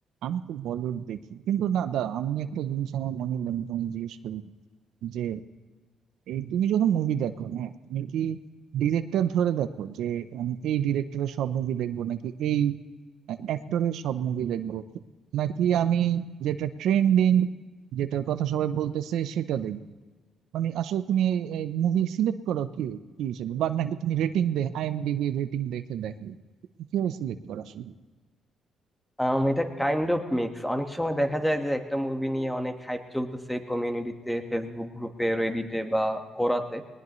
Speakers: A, on the right; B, in the centre.
A: আমি তো বলিউড দেখি কিন্তু না দা আমি একটা জিনিস আমার মনে হলো আমি তোমায় জিজ্ঞেস করি যে এই তুমি যখন মুভি দেখো হ্যাঁ তুমি কি ডিরেক্টর ধরে দেখো যে আমি এই ডিরেক্টরের সব মুভি দেখবো নাকি এই অ্যাক্টরের সব মুভি দেখবো নাকি আমি যেটা ট্রেন্ডিং যেটার কথা সবাই বলতেছে সেটা দেখবো মানে আসলে তুমি মুভি সিলেক্ট করো কি কি হিসেবে বা নাকি তুমি রেটিং দেখ আইএমডিবি রেটিং দেখে দেখো কিভাবে সিলেক্ট করো আসলে
B: আম, এটা কাইন্ড অফ মিক্স অনেক সময় দেখা যায় যে একটা মুভি নিয়ে অনেক হাইপ চলতেছে কমিউনিটিতে ফেসবুক গ্রুপে রেডিটে বা কোরাতে